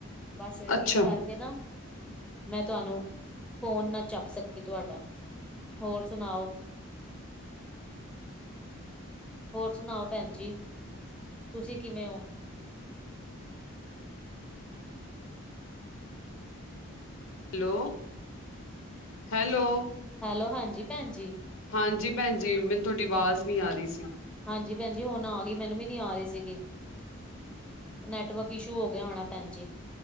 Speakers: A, in the centre; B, on the left (about 70°).
A: ਬਸ ਇਸ
B: ਅੱਛਾ,
A: ਕਰ ਕੇ ਨਾਂ ਮੈਂ ਤੁਹਾਨੂੰ, ਫੋਨ ਨਾ ਚੱਕ ਸਕੀ ਤੁਹਾਡਾ ਹੋਰ ਸੁਣਾਓ? ਹੋਰ ਸੁਣਾਓ ਭੈਣ ਜੀ, ਤੁਸੀਂ ਕਿਵੇਂ ਓ?
B: ਹੈਲੋ, ਹੈਲੋ
A: ਹੈਲੋ, ਹਾਂਜੀ ਭੈਣ ਜੀ।
B: ਹਾਂਜੀ ਭੈਣ ਜੀ, ਮੈਨੂੰ ਤੁਹਾਡੀ ਆਵਾਜ਼ ਨਹੀਂ ਆ ਰਹੀ ਸੀ।
A: ਹਾਂਜੀ ਭੈਣਜੀ ਹੁਣ ਆ ਗਈ, ਮੈਨੂੰ ਵੀ ਨੀਂ ਆ ਰਹੀ ਸੀਗੀ। ਨੈਟਵਰਕ ਇਸ਼ੂ ਹੋ ਗਿਆ ਹੋਣਾ ਭੈਣ ਜੀ।